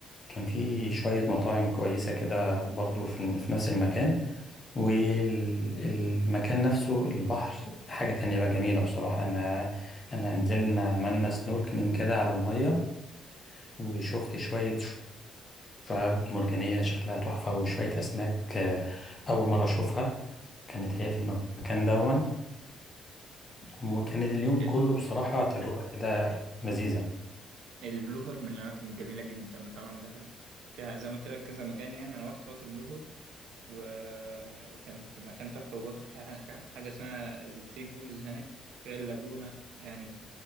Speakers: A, on the left; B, on the right.
A: كان في شوية مطاعم كويسة كده برضو في, في نفس المكان والمكان نفسه البحر حاجة تانية بقى جميلة بصراحة أنا أنا نزلنا عملنا سنوركلينج كده على المية وشفت شوية شعاب مرجانية شكلها تحفة وشوية أسماك آه، أول مرة أشوفها كانت هي في المكان دون وكان اليوم
B: ال...
A: كله بصراحة تجربة كده لذيذة
B: البلو هول من الأماكن الجميلة جدا طبعا دهب فيها زي ما قلت لك كذا مكان يعني أنا رحت برضه البلو هول و- وكانت مكان تحفة وبرضه فيها حاجة حاجة اسمها الثري بولز هناك غير اللاجونة يعني